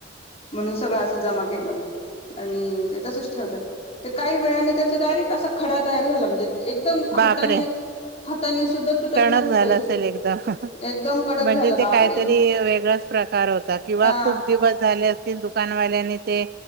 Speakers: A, on the left; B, on the right.
A: म्हणून सगळं असं जमा केलं. आणि ते तसंच ठेवलं ते काही वेळानी त्याच डायरेक्ट खड त झाला म्हणजे एकम
B: बापरे
A: हाता हाता सुद्धा तुटत
B: टणक
A: नव्हत
B: झालं
A: तो
B: असेल एकदम म्हणजे
A: एकदम कडक झालं
B: ते
A: बापरे
B: काहीतरी वेगळाच प्रकार होत. किंवा
A: अ
B: खूप दिवस झाले असतील दुकानवाल्यांनी ते